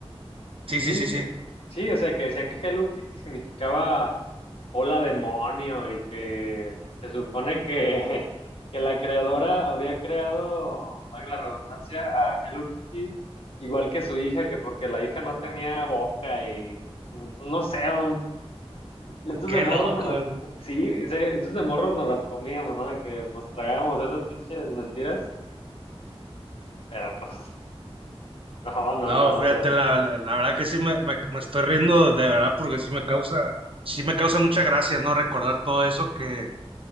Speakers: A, on the right (about 60°); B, on the left (about 65°).
A: Sí,
B: Sí,
A: sí, sí,
B: sí,
A: sí.
B: sí, o sea, que decían que Hello Kitty significaba hola demonio y que se supone que, <laughs> que la creadora había creado, valga la redundancia, a Hello Kitty igual que su hija, que porque la hija no tenía boca y pues, no sé, un- esos
A: Qué
B: de morros
A: loco.
B: no las,
A: güey.
B: sí, ese- esos de morros no las comíamos, ¿no? De que nos tragábamos esas pinches mentiras, pero pues, <laughs> no, no,
A: No,
B: no,
A: fíjate,
B: o sea.
A: la, la, la verdad que sí me, me, me estoy riendo de verdad porque sí me causa, sí me causa mucha gracia, ¿no? Recordar todo eso que,